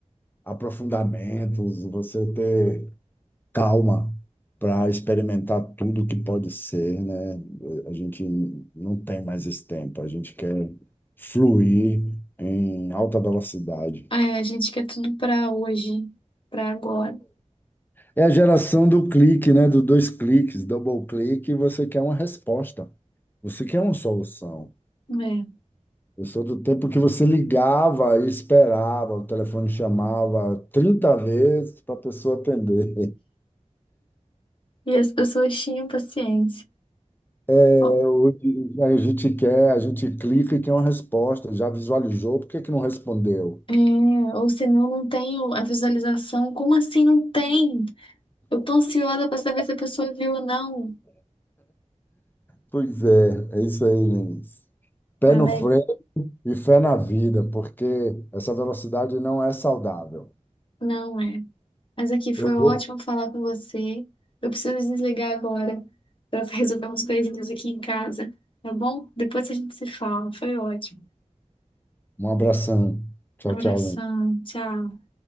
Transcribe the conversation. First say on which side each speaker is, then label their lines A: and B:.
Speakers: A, on the left (about 15°); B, on the left (about 45°).
A: aprofundamentos, você ter calma para experimentar tudo que pode ser, né? A gente não tem mais esse tempo, a gente quer fluir em alta velocidade.
B: É, a gente quer tudo pra hoje, pra agora.
A: É a geração do clique, né? Do dois cliques, double clique, você quer uma resposta. Você quer uma solução.
B: né?
A: Eu sou do tempo que você ligava e esperava, o telefone chamava 30 vezes para a pessoa atender.
B: E as pessoas tinham paciência.
A: É,
B: Ó,
A: hoje a gente quer, a gente clica e quer uma resposta, já visualizou, por que que não respondeu?
B: é, ou senão não tenho a visualização. Como assim não tem? Eu tô ansiosa pra saber se a pessoa viu ou não.
A: Pois é, é isso aí, Lenice. Pé
B: Alex.
A: no freio e fé na vida, porque essa velocidade não é saudável.
B: Não é. Mas aqui foi
A: Eu vou.
B: ótimo falar com você. Eu preciso desligar agora para resolver umas <laughs> coisinhas aqui em casa, tá bom? Depois a gente se fala. Foi ótimo.
A: Um abração. Tchau,
B: Um abração.
A: tchau, Lenice.
B: Tchau.